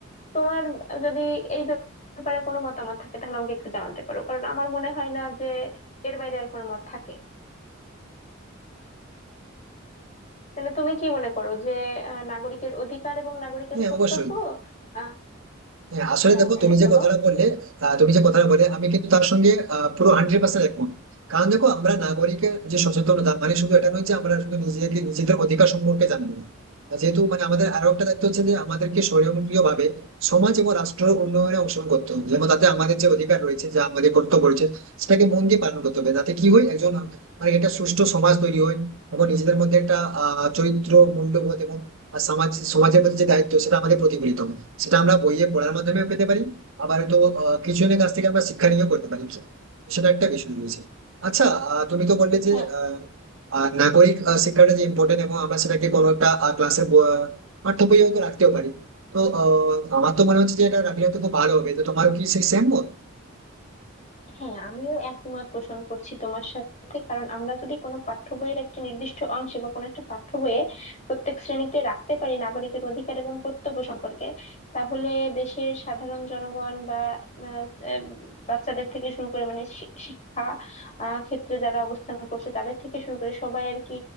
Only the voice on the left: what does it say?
তোমার যদি এই ব্যাপারে কোনো মতামত থাকে তাহলে আমাকে একটু জানাতে পারো কারণ আমার মনে হয় না যে এর বাইরে আর কোনো মত থাকে তাহলে তুমি কি মনে করো যে আহ, নাগরিকের অধিকার এবং নাগরিকের
কর্তব্য
আহ,
হ্যাঁ
হ্যাঁ
বলো
হ্যাঁ
হ্যাঁ আমিও একমত পোষণ করছি তোমার সাথে কারণ আমরা যদি কোনো পাঠ্য বইয়ের একটা নির্দিষ্ট অংশে বা কোনো একটা পাঠ্য বইয়ে প্রত্যেক শ্রেণীতে রাখতে পারি নাগরিকের অধিকার এবং কর্তব্য সম্পর্কে তাহলে দেশের সাধারণ জনগণ বা আহ, আহ, বাচ্চাদের থেকে শুরু করে মানে শি- শিক্ষা আহ, ক্ষেত্রে যারা অবস্থান করছে তাদের থেকে শুরু করে সবাই আর কি